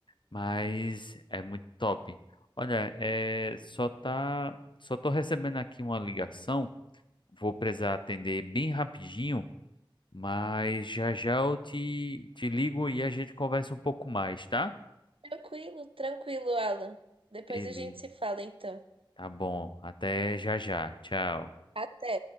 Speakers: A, on the left (about 60°); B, on the right (about 85°).
A: Mas é muito top. Olha, é, só tá, só tô recebendo aqui uma ligação. Vou precisar atender bem rapidinho, mas já já eu te, te ligo e a gente conversa um pouco mais, tá?
B: Tranquilo, tranquilo, Alan. Depois
A: Beleza,
B: a gente se fala, então.
A: tá bom. Até já já. Tchau.
B: Até.